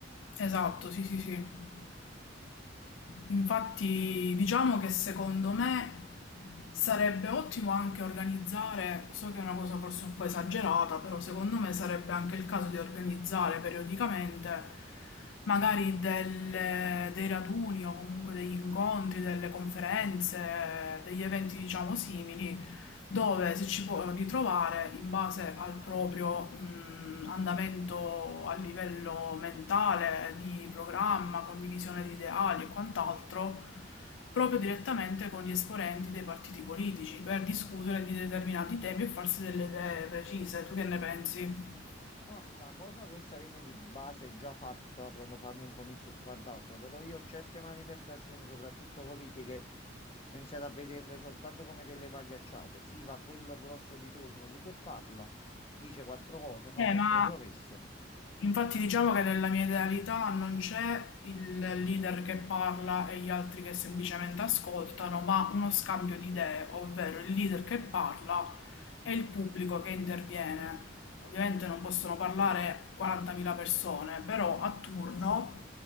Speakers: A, on the left; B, on the left.
A: esatto, sì, sì, sì. Infatti, diciamo che secondo me sarebbe ottimo anche organizzare, so che è una cosa forse un po' esagerata, però secondo me sarebbe anche il caso di organizzare periodicamente magari delle- dei raduni o comunque degli incontri, delle conferenze, degli eventi diciamo simili dove si ci può ritrovare in base al proprio mh, andamento a livello mentale, di programma, condivisione di ideali e quant'altro, proprio direttamente con gli esponenti dei partiti politici per discutere di determinati temi e farsi delle idee precise. Tu che ne pensi?
B: No, la cosa questa viene di base già fatta quando fanno un comizio o quant'altro, però io certe manifestazioni, soprattutto politiche, ho iniziato a vederle soltanto come delle pagliacciate. Sì, va quello grosso di turno lì che parla, dice quattro cose, fa
A: Eh,
B: quattro
A: ma
B: promesse.
A: Infatti diciamo che nella mia idealità non c'è il leader che parla e gli altri che semplicemente ascoltano, ma uno scambio di idee, ovvero il leader che parla e il pubblico che interviene. Ovviamente non possono parlare 40.000 persone, però a turno